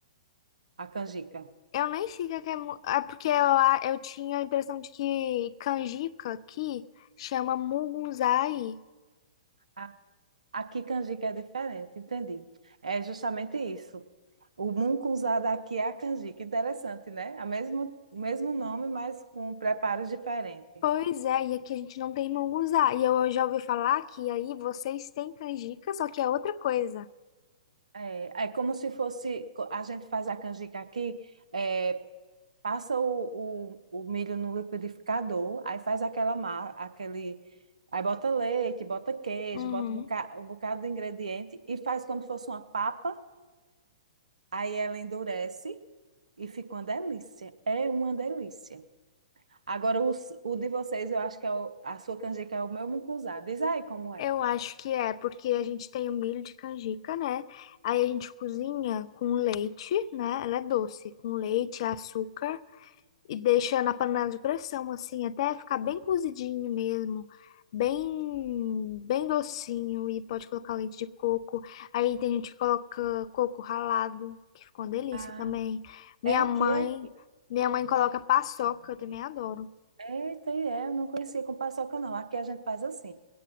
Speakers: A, on the right; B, on the left.
A: a canjica.
B: eu nem sei o que é. que é mu- É porque eu, a- eu tinha a impressão de que canjica aqui chama mugunzai.
A: A- aqui canjica é diferente, entendi. É justamente isso. O mungunzá daqui é a canjica. Interessante, né? A mesmo, o mesmo nome, mas com preparos diferentes.
B: Pois é, e aqui a gente não tem munguzá. E eu já ouvi falar que aí vocês têm canjica, só que é outra coisa.
A: É, é como se fosse, co- a gente faz a canjica aqui é, passa o, o, o milho no liquidificador, aí faz aquela massa, aquele. Aí bota leite, bota queijo,
B: Uhum.
A: bota um bocado, um bocado de ingrediente e faz como se fosse uma papa. Aí ela endurece e fica uma delícia. É uma delícia. Agora, os- o, de vocês, eu acho que é o- a sua canjica é o meu mucunzá. Diz aí como é.
B: Eu acho que é, porque a gente tem o milho de canjica, né? Aí a gente cozinha com leite, né? Ela é doce, com leite, açúcar. e deixa na panela de pressão, assim, até ficar bem cozidinho mesmo, bem, bem docinho, e pode colocar leite de coco. Aí tem gente que coloca coco ralado, que ficou uma delícia
A: Ah,
B: também. Minha
A: é aqui,
B: mãe,
A: é aqui.
B: minha mãe coloca paçoca, eu também adoro.
A: Eita, e é, eu não conhecia com paçoca, não. Aqui a gente faz assim.